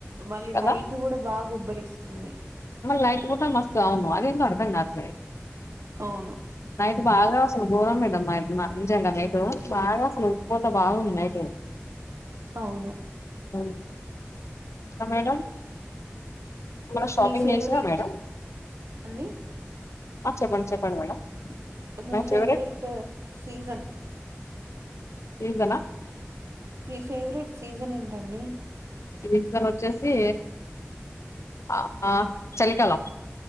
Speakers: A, on the right (about 80°); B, on the left (about 80°).
A: మళ్ళీ
B: కదా
A: నైట్ కూడా బాగా ఉబ్బరిస్తుంది
B: మల్లా నైట్ పూట మస్తు అవును అది ఏంటో అర్థం గాట్లే
A: అవును
B: నైట్ బాగా అసలు గోరం పెట్ <unintelligible> మంచెండలే తో బాగా ఉక్ పోత బాగుంది నైట్
A: అవును
B: అవు ఆ మేడం మళ్ళ షాపింగ్
A: మీ ఫేవరెట్
B: చేసినా మేడం
A: అండి
B: ఆ చెప్పండి చెప్పండి మేడం
A: మీ
B: మై
A: ఫెవరెట్టు
B: ఫేవరెట్
A: సీజన్
B: ఎందన్న
A: మీ ఫేవరెట్ సీజన్ ఏందీ దన్ని
B: సీజన్ వచ్చేసి అ ఆ చలికాలం